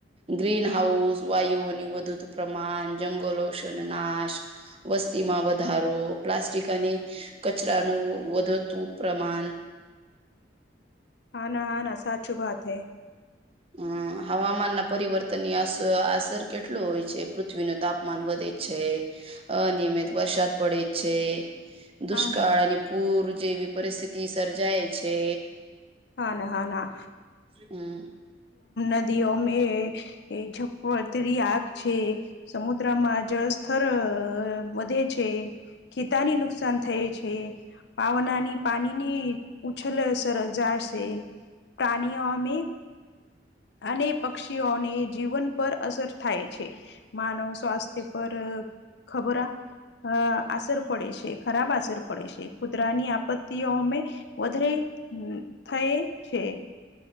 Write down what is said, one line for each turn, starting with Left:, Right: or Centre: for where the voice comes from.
Right: ગ્રીન હાઉસ વાયુઓની વધુ પ્રમાણ જંગલો નાશ વસ્તીમાં વધારો પ્લાસ્ટિક અને કચરાનું વધતું પ્રમાણ
Left: હા ના હા ના સાચુ બાત હૈ.
Right: હમ હવામાન ના પરિવર્તનની અસ અસર કેટલો હોય છે પૃથ્વી ન તાપમાન વધે છે અનિયમિત વરસાદ પડે છે. દુષ્કાળ
Left: હા ના
Right: અને પૂર જેવી પરિસ્થિતિ સર્જાય છે.
Left: હા ના હા ના.
Right: હમ.
Left: નદીઓ મે જપતરી આગ છે સમુદ કમાં જળસ્તર વધે છે ખેતાની નુકસાન થાય છે. પાવનાની પાણીની ઉછલસ રજાશે. પ્રાણીઓમે અને પક્ષીઓને જીવન પર અસર થાય છે. માનવ સ્વાસ્થ્ય પર ખબર અ આસર પડે છે ખરાબ આસર પડે છે કુદરાની આપત્તિઓમે વધરે થય છે.